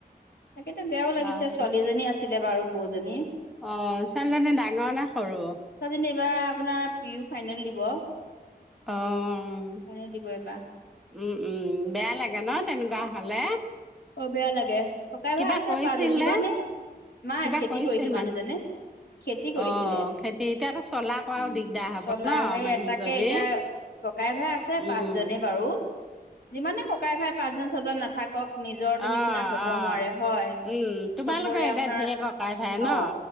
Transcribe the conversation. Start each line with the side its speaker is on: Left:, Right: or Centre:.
Left: তাকে এতিয়া বেয়াও লাগিছে
Centre: হয়
Left: ছোৱালীজনী আছিলে বাৰু বৌজনী।
Centre: অ'ছোৱালী জনি ডাঙৰ নে সৰু?
Left: জনি ইবাৰ আপোনাৰ পিউ ফাইনেল দিব।
Centre: অ',
Left: ফাইনেল দিব এইবাহ
Centre: উম, উম বেয়া লাগে ন' তেনেকুৱা হ'লে?
Left: অ'বেয়া লাগে ককাই
Centre: কিবা
Left: -ভাই আছে
Centre: কৈছিল
Left: <unintelligible> যিমানে
Centre: নে?
Left: নাই
Centre: কিবা
Left: খেতি
Centre: কৈছিল
Left: কৰিছিল মানুহজনে। খেতি
Centre: অ'
Left: কৰিছিলে
Centre: খেতি এতিয়াতো চলা কৰাও
Left: উম,
Centre: দিগদাৰ হ'ব
Left: চলা
Centre: ন
Left: সেইয়া
Centre: মানুহজনী
Left: তাকে এতিয়া ককাই -ভাই আছে
Centre: উম
Left: পাঁচজনেই বাৰু যিমানে ককাই-ভাই পাছজন, ছয়জন নাথাকক নিজৰটো
Centre: অ'অ'উম,
Left: নিচিনা হ'ব নোৱাৰে হয়
Centre: তোমালোকৰ
Left: চবৰে
Centre: একে
Left: আপোনাৰ
Centre: ধেৰ ককাই -ভাই
Left: অ
Centre: ন?